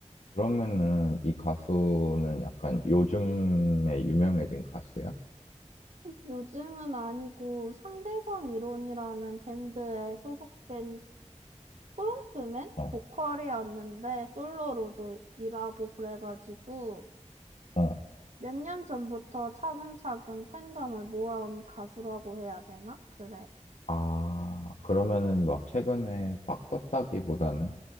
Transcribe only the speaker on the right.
요즘은 아니고 상대성 이론이라는 밴드에 소속된 프론트맨
보컬이었는데 솔로로도 일하고 그래가지고
몇 년 전부터 차근차근 팬덤을 모아온 가수라고 해야 되나? 그래.